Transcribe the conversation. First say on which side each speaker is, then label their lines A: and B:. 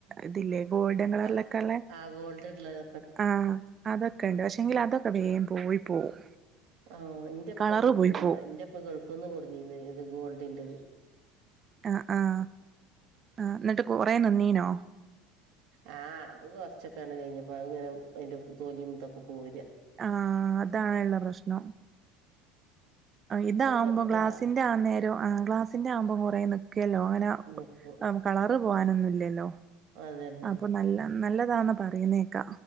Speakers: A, on the right; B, on the right.
A: ഇതില്ലേ ഗോൾഡൻ കളറിലൊക്കെ
B: ആഹ്
A: ഇള്ളെ
B: ആഹ് ഗോൾഡുലത്ത്
A: ആഹ് അതൊക്കെ ഉണ്ട് പക്ഷെങ്കിൽ അതൊക്കെ വേം പോയി പോവും
B: ആഹ് ഇന്റെപ്പ
A: കളറ്
B: കൊടഞ്ഞീന്നാടാ
A: പോയി പോവും
B: ഇന്റെപ്പ ഗൾഫ് നിന്ന് കൊടന്നീന്ന് ഇത് ഗോൾഡിൻറത്
A: ആഹ് ആഹ് ആ എന്നിട്ട് കുറേ നിന്നിനോ
B: ആഹ് അത് കൊറച്ചൊക്കെയാണ് കഴിഞ്ഞപ്പോ അത് ഇങ്ങനെ അതിന്റെ തോലിയ ഇതൊക്കെ പോര്യ
A: ആഹ് അതാണ് ഇള്ള പ്രശ്നം ഇതാവുമ്പോ
B: ഇപ്പൊ
A: ഗ്ലാസ്സിന്റെ
B: ഗ്ലാസ്
A: ആന്നേരം ആഹ് ഗ്ലാസിന്റെ ആകുമ്പോം കുറേ നിൽക്കയല്ലോ അങ്ങനെ
B: നിക്കും
A: കളറ് പോകാനൊന്നുമല്ലല്ലോ
B: അതന്നെ
A: അ നല്ല നല്ലതാണെന്ന് പറയുന്നേക്കാ